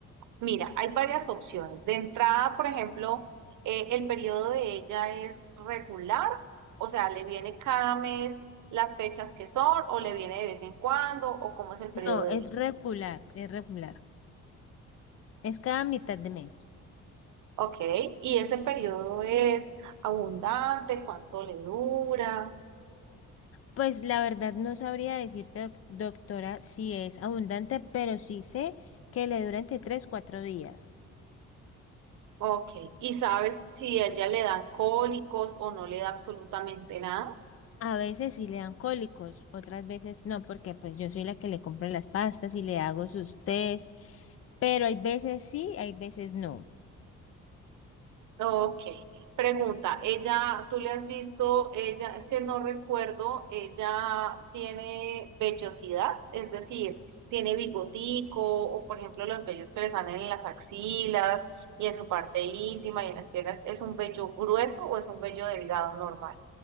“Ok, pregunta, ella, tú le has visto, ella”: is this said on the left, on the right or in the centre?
Right